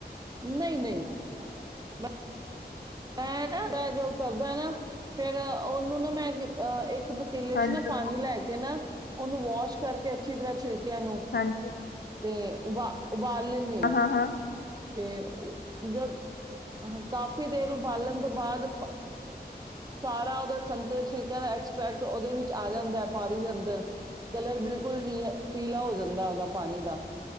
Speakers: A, on the right; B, on the left.
A: ਨਹੀਂ ਨਹੀਂ ਮੈਂ ਮੈਂ ਨਾ ਜੋ ਕਰਦਾ ਨਾ ਫੇਰ ਉਹਨੂੰ ਨਾ ਮੈਂ ਅਹ ਇੱਕ ਪਤੀਲੇ
B: ਹਾਂਜੀ
A: ਚ ਨਾ ਪਾਣੀ ਲੈ ਕੇ ਨਾ ਉਹਨੂੰ ਵਾਸ਼ ਕਰਕੇ ਅੱਛੀ ਤਰ੍ਹਾਂ ਛਿੱਲ ਪਿਆ ਨੂੰ
B: ਹਾਂਜੀ
A: <unintelligible> ਤੇ ਉਬਾ ਉਬਾਲ ਲੈਂਨੇ ਆਂ।
B: ਹਾਂ ਹਾਂ ਹਾਂ
A: ਤੇ ਜਲ ਹ ਕਾਫੀ ਦੇਰ ਉਬਾਲਣ ਤੋਂ ਬਾਅਦ ਸਾਰਾ ਉਹਦਾ ਸੰਤਰੇ ਦੇ ਛਿਲਕਿਆਂ ਦਾ ਐਕਸਟ੍ਰੈਕਟ ਉਹਦੇ ਵਿੱਚ ਆ ਜਾਂਦਾ ਹੈ ਪਾਣੀ ਦੇ ਅੰਦਰ ਕਲਰ ਬਿਲਕੁਲ ਜਿਹਾ ਪੀਲਾ ਹੋ ਜਾਂਦਾ ਉਹਦਾ ਪਾਣੀ ਦਾ ਦਾ।